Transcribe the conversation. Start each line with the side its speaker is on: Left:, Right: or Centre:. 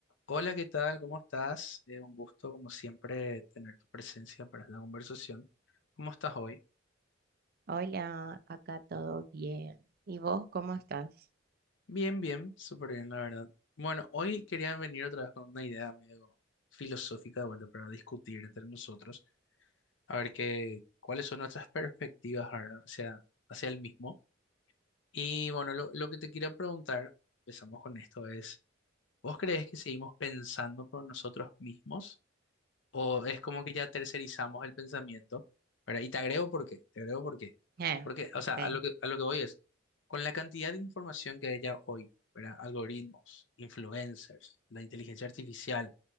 Left: Hola, ¿qué tal? ¿Cómo estás? Eh, un gusto, como siempre, tener tu presencia para esta conversación. ¿Cómo estás hoy?
Right: Hola, acá todo bien. ¿Y vos cómo estás?
Left: Bien, bien, súper bien, la verdad. Bueno, hoy quería venir otra vez con una idea medio filosófica de vuelta para discutir entre nosotros, a ver qué, cuáles son nuestras perspectivas ahora hacia, hacia el mismo. Y bueno, lo, lo que te quería preguntar, empezamos con esto, es, ¿vos crees que seguimos pensando por nosotros mismos? O es como que ya tercerizamos el pensamiento, ¿verdad? Y te agrego por qué, te agrego por qué.
Right: Eh,
Left: Porque, o sea, a
Right: sí.
Left: lo que, a lo que voy es, con la cantidad de información que hay ya hoy, ¿verdad? Algoritmos, influencers, la inteligencia artificial,